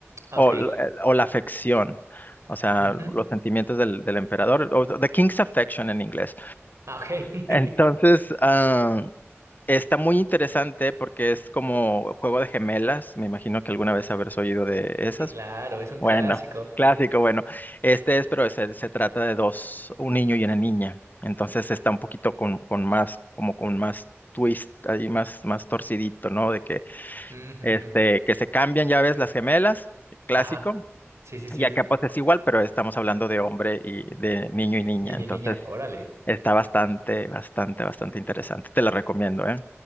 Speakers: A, on the right; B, on the left.
A: Ah,
B: O,
A: ok.
B: l- el- o la afección, o sea,
A: ujú,
B: los sentimientos del, del emperador, o The King's Affection en inglés.
A: Ah, ok. <laughs>
B: Entonces, ah, Está muy interesante porque es como juego de gemelas. Me imagino que alguna vez habrás oído de esas.
A: Sí, claro, es un
B: Bueno,
A: clásico.
B: clásico, bueno. Este es, pero se, se trata de dos, un niño y una niña. Entonces está un poquito con, con más, como con más twist, ahí más, más torcidito, ¿no? De que,
A: Ujujú,
B: este, que se cambian, ya ves, las gemelas, clásico.
A: Ajá. Sí, sí, sí.
B: Y acá pues es igual, pero estamos hablando de hombre y de niño y niña.
A: Niño,
B: Entonces
A: niña, órale.
B: está bastante, bastante, bastante interesante. Te la recomiendo, ¿eh?